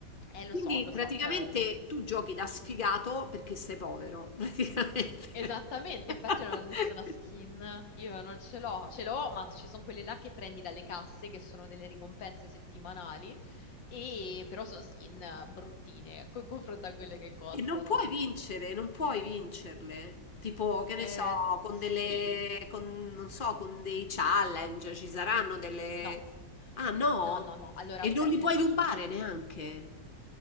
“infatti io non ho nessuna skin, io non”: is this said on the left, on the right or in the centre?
Left